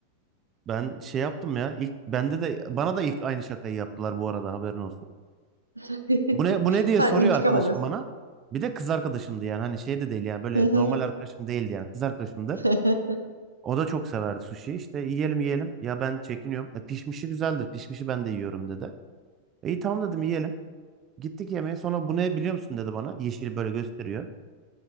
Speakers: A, on the right; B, on the right.
A: Ben şey yaptım ya. İlk bende de bana da ilk aynı şakayı yaptılar bu arada haberin olsun.
B: <laughs>
A: Bu ne bu ne diye
B: Sen
A: soruyor
B: intikam
A: arkadaşım
B: alıyorsun.
A: bana. Bir de kız arkadaşımdı yani hani şey de değil yani böyle
B: Hı hı.
A: normal arkadaşım değildi yani kız arkadaşımdı.
B: <laughs>
A: O da çok severdi sushi. İşte yiyelim yiyelim. Ya ben çekiniyorum. E, pişmişi güzeldir. Pişmişi ben de yiyorum dedi. E, iyi tamam dedim yiyelim. Gittik yemeğe. Sonra bu ne biliyor musun dedi bana. Yeşil böyle gösteriyor.